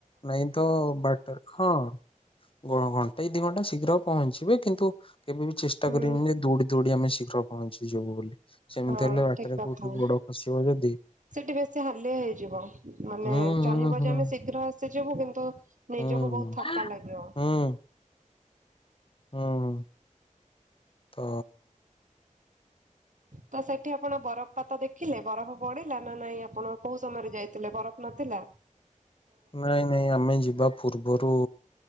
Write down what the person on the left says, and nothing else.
ନାଇଁ ତ ବାଟ ହଁ। ଏଇ ଦି ଘଣ୍ଟା ଶୀଘ୍ର ପହଞ୍ଚିବେ କିନ୍ତୁ। କେବେ ବି ଚେଷ୍ଟା
କରିବି ନି ଯେ ଦୌଡ଼ି ଦୌଡ଼ି ଆମେ ଶୀଘ୍ର ପହଞ୍ଚିଯିବୁ ବୋଲି ସେମିତି
ହେଲେ ବାଟରେ
କୋଉଠି ବଡ଼ ଆସିବ ଯଦି
ହୁଁ
ହୁଁ ହୁଁ
ହୁଁ
ହୁଁ ହୁଁ ତ
ନାଇଁ ନାଇଁ ଆମେ ଯିବା ପୂର୍ବରୁ